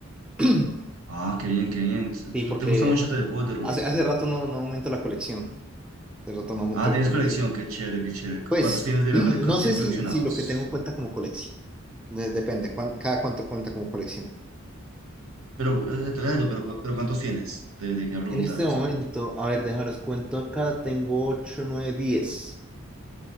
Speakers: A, in the centre; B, on the right.
A: <clears throat>
B: Ah, qué bien, qué bien.
A: Sí,
B: ¿Tú-
A: porque
B: ¿Te gusta mucho tener cubos de Rubik?
A: hace, hace rato no, no aumento la colección. Hace rato no aumento
B: Ah,
A: la
B: tienes
A: colección.
B: colección, qué chévere, qué chévere.
A: Pues,
B: ¿Cuántos tienes
A: <clears throat>
B: de
A: no
B: la cole- ¿Cuántos
A: sé
B: tienes
A: si,
B: coleccionados?
A: si lo que tengo cuenta como colección. De- depende, cuán- cada cuánto cuenta como colección.
B: Pero, exacto, exacto, pero, cu- pero ¿cuántos tienes? Te llegué a preguntar
A: En este
B: justamente.
A: momento, a ver, déjame los cuento acá. Tengo ocho nueve diez